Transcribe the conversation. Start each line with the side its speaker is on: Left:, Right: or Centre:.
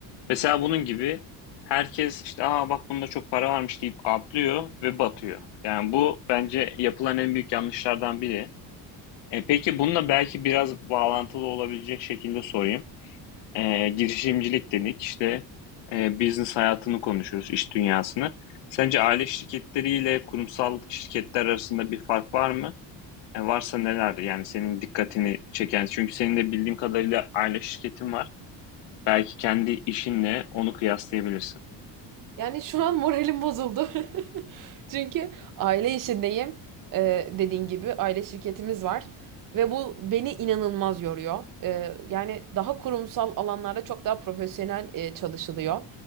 Left: Mesela bunun gibi herkes işte aa bak bunda çok para varmış deyip atlıyor ve batıyor. Yani bu bence yapılan en büyük yanlışlardan biri. E, peki bununla belki biraz bağlantılı olabilecek şekilde sorayım. E, girişimcilik dedik işte e, business hayatını konuşuyoruz, iş dünyasını. Sence aile şirketleriyle kurumsal şirketler arasında bir fark var mı? E, varsa nelerdir? Yani senin dikkatini çeken, çünkü senin de bildiğim kadarıyla aile şirketin var. Belki kendi işinle onu kıyaslayabilirsin.
Right: Yani şu an moralim bozuldu. <laughs> Çünkü aile işindeyim. Ee, dediğin gibi aile şirketimiz var. Ve bu beni inanılmaz yoruyor. Ee, yani daha kurumsal alanlarda çok daha profesyonel e, çalışılıyor.